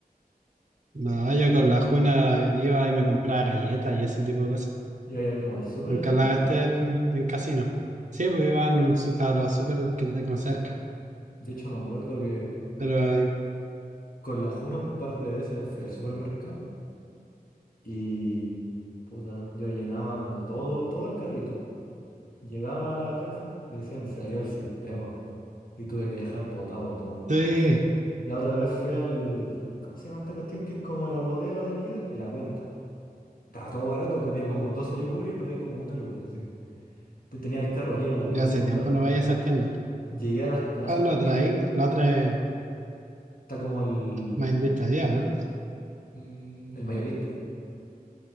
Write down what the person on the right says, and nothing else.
No, yo con la Juna iba y me compraba galletas y ese tipo de cosas.
Nunca
la gasté en, en casino. Sí, pues iba en un su- a los super que tengo cerca.
Pero eh,
sí,
ya hace
tiempo
no voy a esas tiendas.
¿Cuál lo otra
ahí? La otra es
Mayorista 10, ¿no?